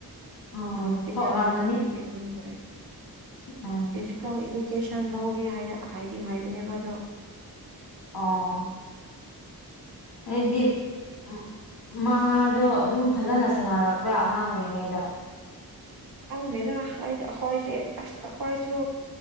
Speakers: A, on the left; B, on the right.
A: ꯎꯝ
B: ꯒ꯭ꯔꯨꯞꯇ
A: ꯊꯣꯛꯂꯝꯃꯅꯤ
B: ꯌꯥꯎꯔꯁꯨ ꯑꯗꯨꯒꯤ ꯄꯨꯟꯗ꯭ꯔꯦ
A: ꯎꯝ
B: ꯐꯤꯖꯤꯀꯜ ꯏꯖꯨ ꯏꯁꯦꯟ ꯕꯧꯒꯦ ꯍꯥꯏꯅ ꯍꯥꯏꯗꯤ ꯍꯥꯏꯕꯅꯦꯕ ꯑꯗꯣ
A: ꯑ ꯑꯩꯗꯤ ꯎꯝ ꯑꯝ ꯃꯥꯗꯣ ꯑꯗꯨꯝ ꯐꯖꯅ ꯁꯥꯟꯅꯔꯛꯄ꯭ꯔꯥ ꯑꯉꯥꯡ ꯑꯣꯏꯔꯤꯉꯩꯗ
B: ꯍꯪꯗꯦꯗ ꯑꯩ ꯑꯩꯈꫭꯏꯁꯤ ꯑꯁꯈꫭꯏꯁꯨ